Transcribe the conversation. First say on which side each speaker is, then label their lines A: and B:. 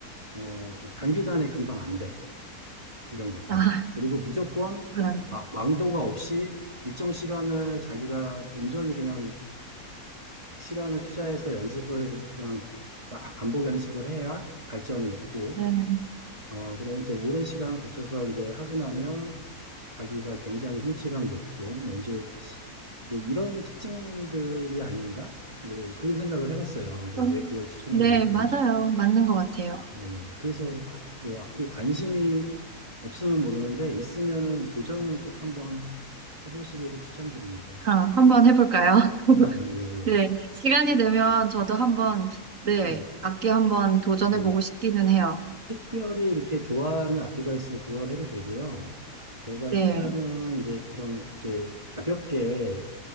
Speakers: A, on the right; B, on the right.
A: 어, 뭐 단기간에 금방 안 돼. 이런 것들.
B: 아,
A: 그리고 무조건
B: 그러네.
A: 와- 왕도가 없이 일정 시간을 자기가 온전히 그냥 시간을 투자해서 연습을 그냥 막 반복 연습을 해야 발전이 있고,
B: 네.
A: 어, 그래 이제 오랜 시간 거쳐서 이제 하고 나면 자기가 굉장히 성취감 높고, 뭔지 뭐 이런 특징들이 아닌가? 뭐 그런 생각을 해봤어요. 그래서
B: 좀,
A: 왜 그걸 추천했나
B: 네,
A: 했더니
B: 맞아요. 맞는 것 같아요.
A: 네네. 그래서 악- 뭐 악기 관심이 없으면 모르는데 있으면은 도전을 꼭 한번 해보시기를 추천드립니다.
B: 아, 한번 해볼까요? <laughs>
A: 아, 예, 예,
B: 네. 시간이 되면 저도 한번, 네,
A: 예,
B: 악기 한번 도전해보고
A: 예.
B: 싶기는 해요.
A: 특별히 이렇게 좋아하는 악기가 있으면 그걸 해도 되고요. 제가
B: 네.
A: 추천은 이제 그런 이제 가볍게